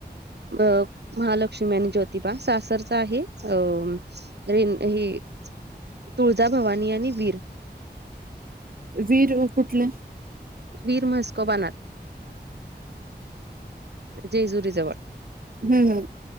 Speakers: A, on the right (about 75°); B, on the right (about 55°).
A: अ महालक्ष्मी आणि ज्योतिबा, सासरचा आहे अम. रेन हे, तुळजा भवानी आणि वीर
B: वीर मग कुठले?
A: वीर मस्कोबा नात जेजुरीच.
B: हा